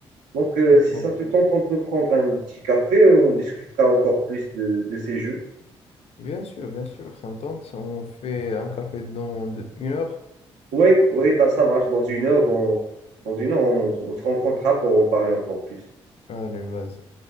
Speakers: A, on the right; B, on the left.
A: Donc, euh,
B: Non.
A: si ça te tente, on peut prendre un petit café, euh, on discutera encore plus de, de ces jeux.
B: Bien sûr, bien sûr, ça me tente. On fait un café dans deux- une heure.
A: Oui, oui, bah, ça marche. Dans une heure, dans, dans une heure, on, on se rencontrera pour en parler encore plus.
B: Allez, vas-y.